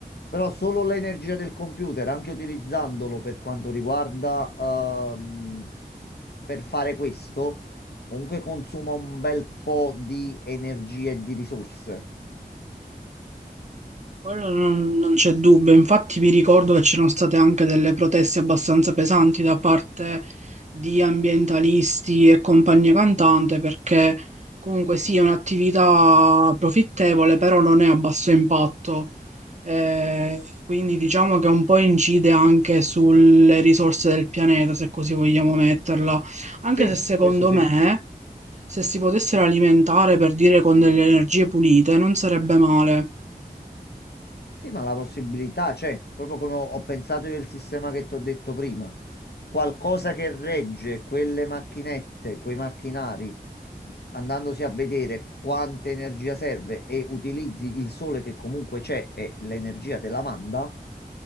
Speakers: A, on the left (about 75°); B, on the right (about 45°).
A: Però solo l'energia del computer, anche utilizzandolo per quanto riguarda ehm, per fare questo, comunque consuma un bel po' di energia e di risorse.
B: Quello non, non c'è dubbio, infatti mi ricordo che c'erano state anche delle proteste abbastanza pesanti da parte di ambientalisti e compagnia cantante perché comunque sì è un'attività profittevole però non è a basso impatto, Eh, quindi diciamo che un po' incide anche sulle risorse del pianeta se così vogliamo metterla, anche
A: Sì,
B: se secondo
A: questo sì.
B: me se si potessero alimentare per dire con delle energie pulite non sarebbe male.
A: Sì, ma la possibilità c'è, proprio come ho, ho pensato io il sistema che ti ho detto prima. Qualcosa che regge quelle macchinette, quei macchinari andandosi a vedere quanta energia serve e utilizzi il sole che comunque c'è e l'energia te la manda